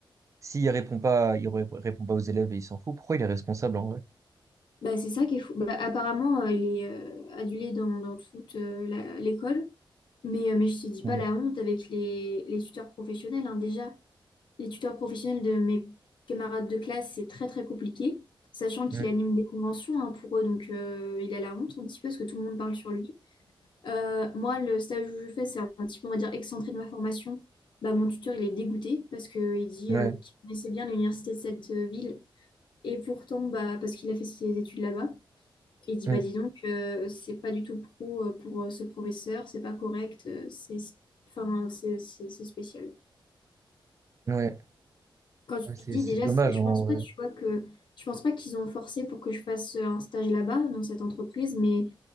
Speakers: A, on the right; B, on the left.
A: s'il répond pas, il ré- répond pas aux élèves et il s'en fout, pourquoi il est responsable en vrai?
B: Bah, c'est ça qui est fou. Bah, apparemment, euh, il est euh, adulé dans, dans toute euh, la- l'école. Mais, euh, mais je te dis
A: Hmm.
B: pas la honte avec les, les tuteurs professionnels. hein. Déjà, les tuteurs professionnels de mes camarades de classe, c'est très très compliqué. Sachant qu'il
A: Hmm.
B: anime des conventions hein, pour eux, donc euh, il a la honte un petit peu parce que tout le monde parle sur lui. Euh, moi, le stage où je fais, c'est un petit peu, on va dire, excentré de ma formation. Bah, mon tuteur, il est dégoûté parce qu'il dit
A: Hmm. Ouais.
B: euh, qu'il connaissait bien l'université de cette euh, ville. Et pourtant, bah, parce qu'il a fait ses études là-bas. Et il dit,
A: Hmm.
B: bah dis donc, euh, c'est pas du tout pro euh, pour euh, ce professeur, c'est pas correct, euh, c'est enfin, c'est c'est- c'est spécial.
A: Ouais.
B: Quand
A: Ouais, c'est,
B: tu dis
A: c'est
B: déjà,
A: dommage
B: c'est- je
A: en
B: pense
A: vrai.
B: pas, tu vois, que je pense pas qu'ils ont forcé pour que je fasse euh, un stage là-bas, dans cette entreprise, mais,